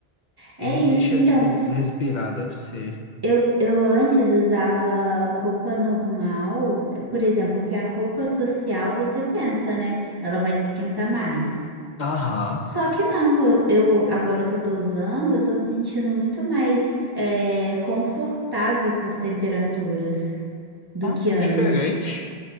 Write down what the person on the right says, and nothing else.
É
isso.
Então,
eu, eu antes usava roupa normal, por exemplo, porque a roupa social você pensa, né? Ela vai te esquentar mais.
Só que não, eu, eu- agora que eu tô usando, eu tô me sentindo muito mais é, confortável com as temperaturas do
que
antes.